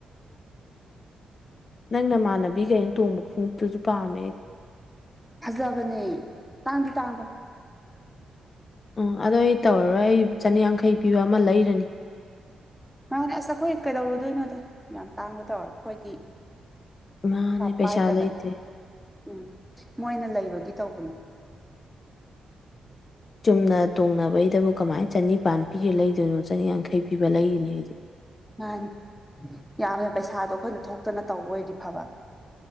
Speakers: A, on the left (about 50°); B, in the centre.
A: ꯅꯪ ꯅꯃꯥꯟꯅꯕꯤ ꯀꯩꯅꯣ ꯇꯣꯡꯕ ꯈꯣꯡꯎꯞꯇꯨꯁꯨ ꯄꯥꯝꯃꯦ
B: ꯐꯖꯕꯅꯦ ꯇꯥꯡꯗꯤ ꯇꯥꯡꯕꯅꯦ
A: ꯎꯝ ꯑꯗꯣ ꯑꯩ ꯇꯧꯔꯔꯣꯏ ꯑꯩ ꯆꯅꯤꯌꯥꯡꯈꯩ ꯄꯤꯕ ꯑꯃ ꯂꯩꯔꯅꯤ
B: ꯃꯥꯍꯥꯟꯅꯦ ꯑꯁ ꯑꯩꯈꯣꯏ ꯀꯩꯗꯧꯔꯗꯣꯏꯅꯣꯗ ꯌꯥꯝ ꯇꯥꯡꯕ ꯇꯧꯔ ꯑꯩꯈꯣꯏꯗꯤ
A: ꯃꯥꯅꯦ ꯄꯩꯁꯥ
B: ꯄꯥꯏꯗꯕꯅꯤ
A: ꯂꯩꯇꯦ
B: ꯎꯝ ꯃꯣꯏꯅ ꯂꯩꯕꯒꯤ ꯇꯧꯕꯅꯦ
A: ꯆꯨꯝꯅ ꯇꯣꯡꯅꯕꯩꯗꯕꯨ ꯀꯃꯥꯏꯅ ꯆꯅꯤꯄꯥꯟ ꯄꯤꯒꯦ ꯂꯩꯗꯣꯏꯅꯣ ꯆꯅꯤꯌꯥꯡꯈꯩ ꯄꯤꯕ ꯂꯩꯔꯤꯅꯤ ꯍꯥꯏꯗꯤ
B: ꯃꯥꯅꯤ ꯌꯥꯝꯅ ꯄꯩꯁꯥꯗꯣ ꯑꯩꯈꯣꯏꯅ ꯊꯣꯛꯇꯅ ꯇꯧꯕ ꯑꯣꯏꯗꯤ ꯐꯕ